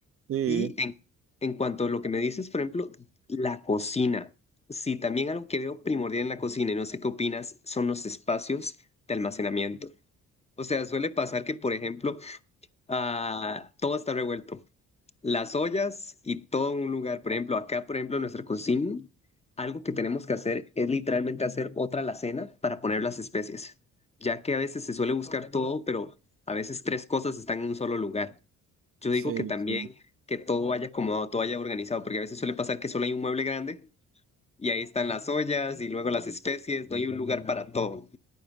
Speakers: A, on the right; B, on the left.
A: Sí,
B: Y en, en cuanto a lo que me dices, por ejemplo, la cocina. Sí, también algo que veo primordial en la cocina, y no sé qué opinas, son los espacios de almacenamiento. O sea, suele pasar que, por ejemplo, ah, todo está revuelto las ollas y todo un lugar. Por ejemplo, acá, por ejemplo, en nuestra cocina, algo que tenemos que hacer es literalmente hacer otra alacena para poner las especies, ya que a veces se suele buscar todo, pero a veces tres cosas están en un solo lugar. Yo
A: sí,
B: digo que también
A: sí.
B: que todo vaya acomodado, todo vaya organizado, porque a veces suele pasar que solo hay un mueble grande y ahí están las ollas y luego las especies, no hay un lugar para todo.